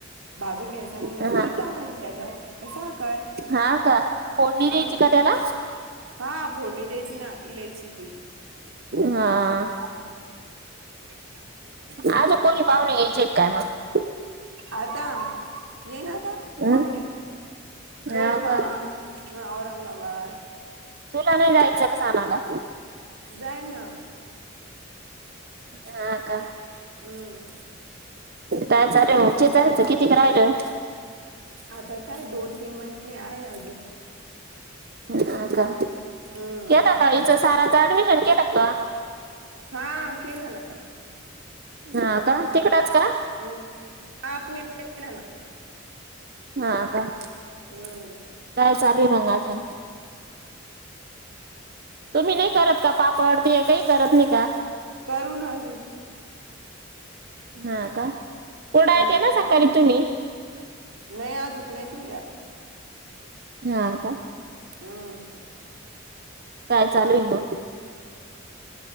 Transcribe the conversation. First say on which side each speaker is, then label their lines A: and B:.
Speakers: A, on the right; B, on the right.
A: भाजून घ्यायचा आणि
B: हा
A: दूध टाकायच त्याच्यात साखर
B: हा का फोडणी
A: हा
B: द्यायची का त्याला
A: हा फोडणी द्यायची ना इलायचीची
B: हा
A: <inaudible>
B: हा अजून कोणी पावणे यायचेत का मग
A: आता ये ना आता
B: हम्
A: पाहुणे बुलढाण
B: हो का
A: हा औरंगाबाद
B: तुला नाही जायचं का सनाला
A: जाईन ना
B: हा का
A: हम्
B: काय चाले <unintelligible> जायचं किती क रायलं
A: आता काय दोन तीन महिने आहे अजू
B: हा का?
A: हम्म
B: केलं का? हिचं साराचं ऍडमिशन केलं का त्वा?
A: हा, केलं ना.
B: हा का? तिकडंच का?
A: हम्म. हा पुहे <unintelligible>
B: हा का?
A: हम्म.
B: काय चालू हे मग अजून? तुम्ही नाही करत का पापड, ते, काही करत नाही का?
A: करू ना अजूक
B: हा का? कुठं हाय
A: हम्म
B: ते नाय सांगाले तुम्ही.
A: नाही अजूक नाही केल्या.
B: हा, का?
A: हम्म.
B: काय चालेल मग?